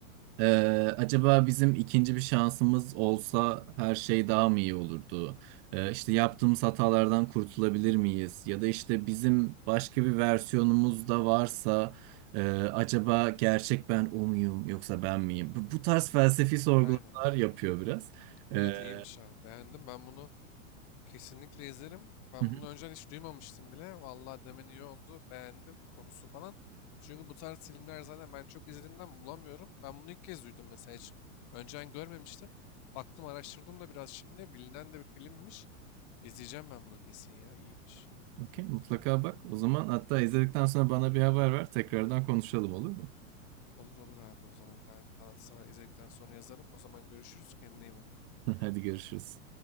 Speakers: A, on the right (about 45°); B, on the left (about 45°).
A: ee, acaba bizim ikinci bir şansımız olsa her şey daha mı iyi olurdu? Ee, işte yaptığımız hatalardan kurtulabilir miyiz? Ya da işte bizim başka bir versiyonumuz da varsa e, acaba gerçek ben o muyum yoksa ben miyim? Bu, bu tarz felsefi sorgulamalar
B: Aynen.
A: yapıyor biraz.
B: Evet
A: Ee,
B: iyiymiş abi. Beğendim. Ben bunu kesinlikle izlerim. Ben
A: hı hı,
B: bunu önceden hiç duymamıştım bile. Vallahi demen iyi oldu. Beğendim konusu falan. Çünkü bu tarz filmler zaten ben çok izlediğimden bulamıyorum. Ben bunu ilk kez duydum mesela. Hiç önceden görmemiştim. Baktım araştırdım da biraz şimdi. Bilinen de bir filmmiş. İzleyeceğim ben bunu kesin ya. İyiymiş.
A: okey, mutlaka bak. O zaman hatta izledikten sonra bana bir haber ver. Tekrardan konuşalım olur mu?
B: Olur olur abi o zaman ben daha sana izledikten sonra yazarım. O zaman görüşürüz kendine iyi bak.
A: <laughs> Hadi görüşürüz.